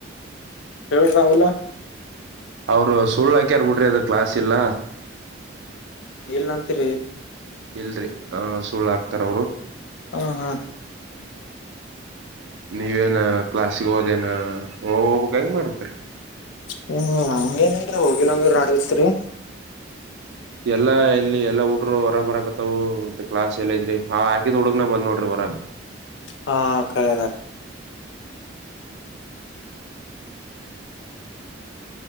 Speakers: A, on the left; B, on the right.
A: ಹೇಳಳ್ ರಹುಲ
B: ಅವ್ರು ಸುಳ್ಳು ಹಾಕ್ಯಾರ್ ಬಿಡ್ರ ಅದು ಕ್ಲಾಸ್ ಇಲ್ಲ
A: ಇಲ್ಲ ಅಂತರಿ
B: ಎಲ್ರರಿ ಆ ಸುಳ್ಳು ಹಕ್ತಾರ ಅವರು
A: ಹ ಹಾ
B: ನೀವೇನ ಕ್ಲಾಸ್ಿಗೆ ಹೋದೇನ ಹೋಗ್ಬಕ್ ಹೆಂಗ್ ಮಾಡ್ಬೇಕ್ರೀ
A: ಹ್ಮ್ ನಂಗ ಏನನ್ರರಿ ಹೋಗಿಲ್ಲಂದ್ ನಾಡಐತ್ರಿ
B: ಎಲ್ಲಾ ಇಲ್ಲಿ ಎಲ್ಲಾ ಊ ನೋಡ ಹೊರಗ್ ಬರಕತ್ತವತ್ತತ್ ಕ್ಲಾಸ್ ಎಲ್ಲೈ್ರರಿ ಹಾ ಹಾಕಿದ್ ಹುಡುಗ್ನ ಬಂದ ನೋಡ್ರಿ ಹೊರಗ್
A: ಹಾ ಕಳದಾರೆ